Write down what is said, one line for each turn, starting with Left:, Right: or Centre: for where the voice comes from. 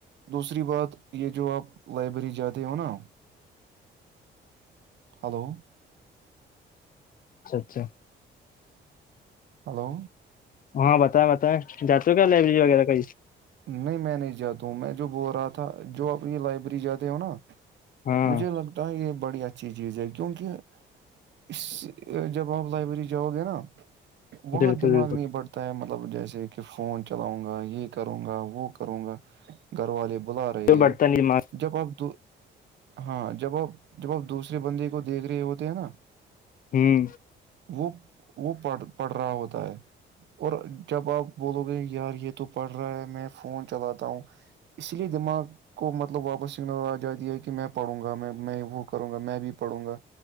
Right: دوسری بات یہ جو آپ لائبریری جاتے ہو نا ہلو
Left: اچھا اچھا
Right: ہلو
Left: ہاں بتائیں بتائیں جاتے ہو کیا لائبریری وغیرہ کا
Right: نہیں میں نہیں جاتا ہوں میں جو بول رہا تھا جو اپنی لائبریری جاتے ہو نا
Left: ہاں
Right: مجھے لگتا یہ بڑی اچھی چیز ہے کیونکہ اس جب آپ لائبریری جاؤ گے نا وہاں
Left: بالکل
Right: دماغ
Left: بالکل
Right: نہیں بڑھتا ہوتا ہے مطلب جیسے کہ فون چلاؤں گا یہ کروں گا وہ کروں گا گھر والے بلا رہے
Left: کیوں بڑھتا
Right: ہے
Left: نہیں مارک
Right: جب اپ ہاں جب آ جب آپ دوسرے بندے کو دیکھ رہے ہوتے ہیں نا
Left: ہوں
Right: وہ وہ پڑ پڑھ رہا ہوتا ہے اور جب آپ بولو گے یار یہ تو پڑھ رہا ہے میں فون چلاتا ہوں اس لیے دماغ کو مطلب واپس سگ نظ آ جاتی ہے کہ میں پڑھوں گا میں میں وہ کروں گا میں بھی پڑھوں گا